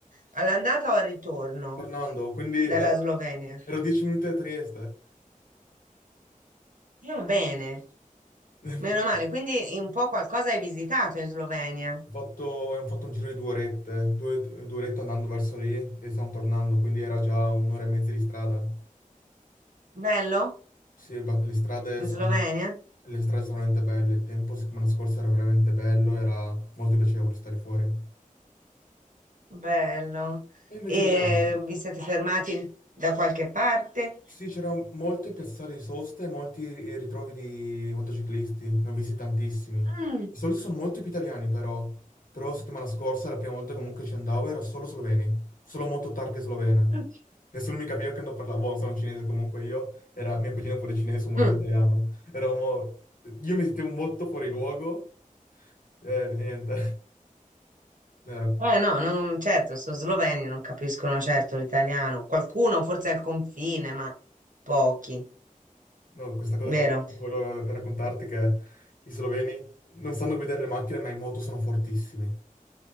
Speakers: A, on the right; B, on the left.
A: All'andata o al ritorno
B: Tornando, quindi
A: dalla
B: ero,
A: Slovenia?
B: ero 10 minuti da Trieste.
A: E va bene,
B: <laughs>
A: meno male. Quindi un po' qualcosa hai visitato in Slovenia.
B: Ho fatto, abbiamo fatto un giro di due orette, due, due orette andando verso lì e stiamo tornando, quindi era già un'ora e mezza di strada.
A: Bello?
B: Sì, ba- le strade
A: In
B: sono,
A: Slovenia?
B: le strade sono veramente belle, il tempo settimana scorsa era veramente bello, era molto piacevole stare fuori.
A: Bello.
B: E invece
A: E
B: dove abiti?
A: eh, vi siete fermati da qualche parte?
B: Sì, c'erano molte piazzate di sosta e molti ritrovi di motociclisti, ne ho visti tantissimi.
A: Mm.
B: Di solito sono molto più italiani però, però la settimana scorsa, la prima volta comunque ci andavo, era solo sloveni, solo moto targhe slovene.
A: <laughs>
B: Nessuno mi capiva che non parlavo, buono, sono cinese comunque io, era mia cugina pure cinese, sono moroso
A: Mm.
B: italiano. Eravamo, io mi sentivo molto fuori luogo, e niente. No, era-
A: Eh no, non- certo, sono sloveni, non capiscono certo l'italiano. Qualcuno forse al confine, ma pochi,
B: no, questa cosa
A: vero?
B: con... volevo raccontarti che i sloveni non sanno guidare le macchine, ma in moto sono fortissimi.